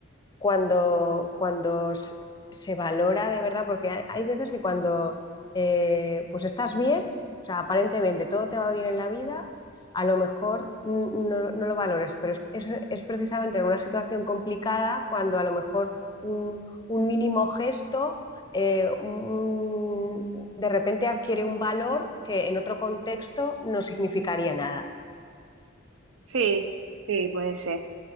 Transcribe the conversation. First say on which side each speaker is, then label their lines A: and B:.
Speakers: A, on the left (about 20°); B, on the right (about 75°).
A: cuando, cuando se se valora de verdad, porque hay, hay veces que cuando eh, pues estás bien, o sea, aparentemente todo te va bien en la vida, a lo mejor n- no, no lo valores, pero es, es, es precisamente en una situación complicada cuando a lo mejor un, un mínimo gesto eh, un- de repente adquiere un valor que en otro contexto no significaría nada.
B: Sí, sí, puede ser.